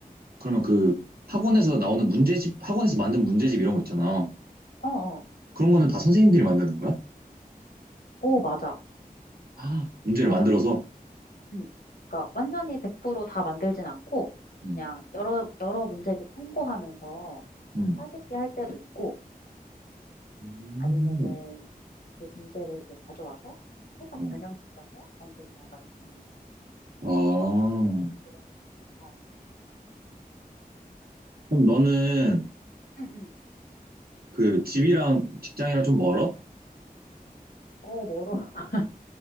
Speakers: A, on the right (about 75°); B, on the left (about 75°).
A: 그러면 그 학원에서 나오는 문제집, 학원에서 만든 문제집 이런 거 있잖아.
B: 어, 어.
A: 그런 거는 다 선생님들이 만드는 거야?
B: 오, 맞아.
A: 아, 문제를
B: 맞아.
A: 만들어서?
B: 응. 그러니까 완전히 100%다 만들진 않고
A: 응,
B: 그냥 여러 여러 문제들 참고하면서
A: 응.
B: 따집기 할 때도 있고
A: 음,
B: 아니면은 그 문제를 이제 가져와서 살짝
A: 어.
B: 변형시켜서 만든다든지
A: 아,
B: 응, 그런 식으로 하지.
A: 그럼 너는
B: 응, 응.
A: 그 집이랑 직장이랑 좀 멀어?
B: 어, 멀어. <laughs>